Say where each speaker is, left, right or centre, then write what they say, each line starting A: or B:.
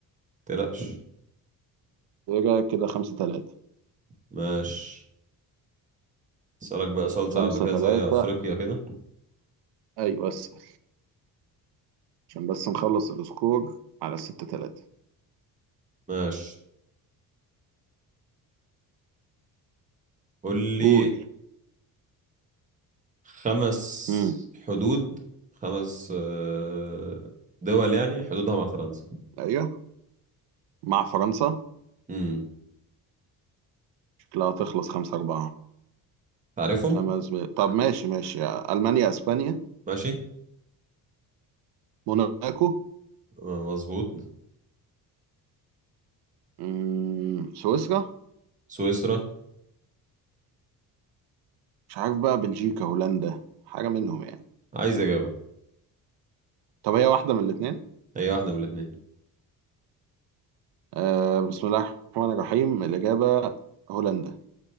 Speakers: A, on the right; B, on the right.
A: تقلقش
B: يبقى كده خمسة تلاتة
A: ماشي اسالك بقى سؤال
B: خمسة
A: صعب كده
B: تلاتة
A: زي افريقيا كده
B: أيوة أسأل عشان بس نخلص السكور على ستة تلاتة
A: ماشي قول لي
B: قول
A: خمس
B: مم.
A: حدود خمس آه، دول يعني حدودها مع فرنسا
B: أيوة مع فرنسا
A: امم
B: شكلها تخلص خمسة أربعة
A: تعرفهم
B: خمس ب... طب ماشي ماشي ألمانيا أسبانيا
A: ماشي
B: موناكو
A: آه، مظبوط
B: مم. سويسرا
A: سويسرا
B: مش عارف بقى بلجيكا هولندا حاجة منهم يعني
A: عايز اجابه
B: طب هي واحدة من الاتنين
A: اي واحده من الاثنين
B: آه بسم الله الرحمن الرحيم الإجابة هولندا